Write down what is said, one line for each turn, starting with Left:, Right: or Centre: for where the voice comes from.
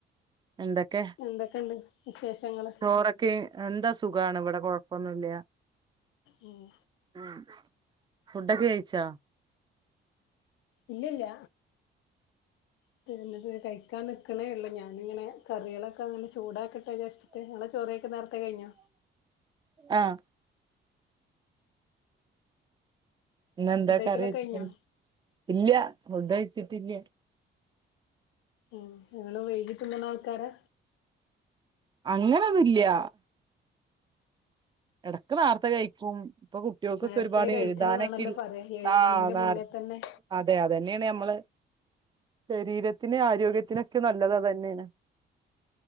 Right: എന്തൊക്കെ?
Left: എന്തൊക്കെണ്ട്? വിശേഷങ്ങള്?
Right: ചോറൊക്കെ എന്താ സുഖാണ് ഇവിടെ കൊഴപ്പൊന്നില്ല.
Left: ഉം
Right: ആഹ് ഫുഡൊക്കെ കയിച്ചോ?
Left: ഇല്ലില്ല <unintelligible> കഴിക്കാൻ നിക്കണേ ഒള്ളൂ. ഞാനിങ്ങനെ കറികളൊ ക്കെങ്ങനെ ചൂടാക്കട്ടെ വിചാരിച്ചിട്ട്. ഇങ്ങളെ ചോറയ്ക്കൽ നേരത്തെ കഴിഞ്ഞോ?
Right: ആഹ് ഇന്നെന്താ
Left: ഫുഡ് കഴിക്കലൊക്കെ
Right: കറി വച്ചത്?
Left: കഴിഞ്ഞോ
Right: ഇല്ല ഫുഡ് കഴിച്ചിട്ടില്ല.
Left: ഉം നിങ്ങള് വൈകി തിന്ന്ണ ആൾക്കാരാ?
Right: അങ്ങനൊന്നുല്ല. എടക്ക് നേർത്തെ കഴിക്കും. ഇപ്പൊ കുട്ടികൾക്കൊക്കെ
Left: നേരത്തെ
Right: ഒരുപാട്
Left: കഴിക്കണംന്നാണല്ലോ
Right: എഴുതാനൊക്കെണ്ട്
Left: പറയാ ഏഴ്
Right: ആഹ്
Left: മണിന്റെ
Right: നേ
Left: മുന്നേ തന്നെ
Right: അതെ അതന്നെയാണ് നമ്മള് ശരീരത്തിന് ആരോഗ്യത്തിനൊക്കെ നല്ലത് അത് തന്നേണ്.